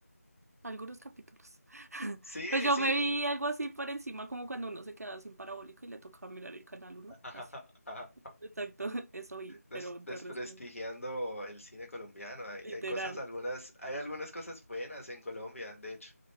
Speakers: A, on the right; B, on the left.
A: algunos capítulos. <laughs>
B: Sí,
A: Pues yo
B: sí,
A: me vi algo así por encima, como cuando uno se quedaba sin parabólico y le tocaba mirar el Canal uno,
B: <laughs>
A: así.
B: Ajá.
A: Exacto, <laughs> eso oí,
B: Des-
A: pero de
B: desprestigiando
A: resto,
B: el cine colombiano. Hay,
A: literal.
B: hay cosas, algunas, hay algunas cosas buenas en Colombia, de hecho.